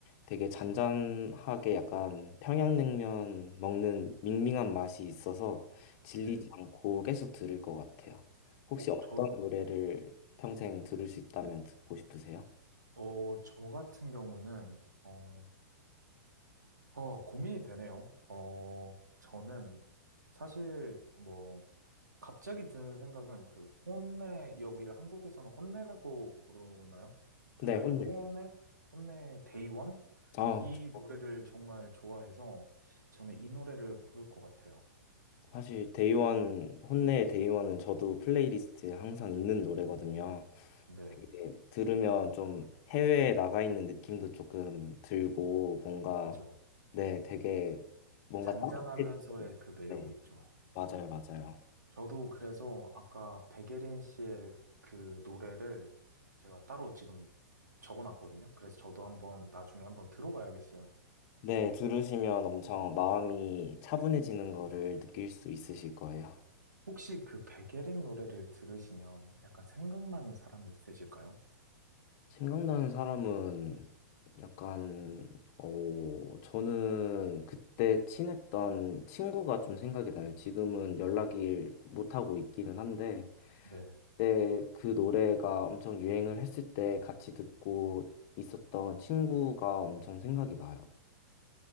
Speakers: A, on the left (about 40°); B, on the right (about 80°).
A: 되게 잔잔하게 약간 평양냉면 먹는 밍밍한 맛이 있어서 질리지
B: 네.
A: 않고 계속 들을 것 같아요. 혹시
B: 어,
A: 어떤
B: 저
A: 노래를 평생 들을 수 있다면 듣고 싶으세요?
B: 어, 저 같은 경우는, 어, 어, 고민이 되네요. 어, 저는 사실 뭐, 갑자기 드는 생각은 그 혼내, 여기 한국에서는 혼내라고 부르나요? 근데
A: 네, 혼내.
B: 혼내, 혼내 데이원?
A: 아,
B: 이
A: 저-
B: 노래를 정말 좋아해서 저는 이 노래를 고를 것 같아요.
A: 사실 데이원, 혼내의 데이원은 저도 플레이리스트에 항상 있는 노래거든요.
B: 네,
A: 예, 들으면 좀 해외에 나가 있는 느낌도 조금 들고 뭔가
B: 그죠.
A: 네, 되게 뭔가
B: 잔잔하면서의
A: 따뜻해지는
B: 그 매력이
A: 네,
B: 있죠.
A: 맞아요, 맞아요.
B: 저도 그래서 아까 백예린 씨의 그 노래를 제가 따로 지금 적어놨거든요. 그래서 저도 한번 나중에 한번 들어봐야겠어요.
A: 네, 들으시면 엄청 마음이 차분해지는 거를 느낄 수 있으실 거예요.
B: 혹시 그 백예린 노래를 들으시면 약간 생각나는 사람이 있으실까요?
A: 생각나는 사람은 약간 어, 저는 그때 친했던 친구가 좀 생각이 나요. 지금은 연락을 못 하고 있기는 한데
B: 네,
A: 그때 그 노래가 엄청 유행을 했을 때 같이 듣고 있었던 친구가 엄청 생각이 나요.